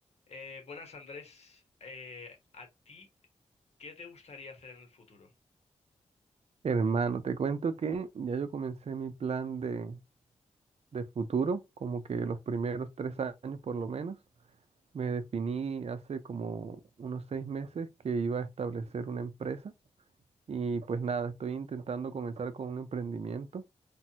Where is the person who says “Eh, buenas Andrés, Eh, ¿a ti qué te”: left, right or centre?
Left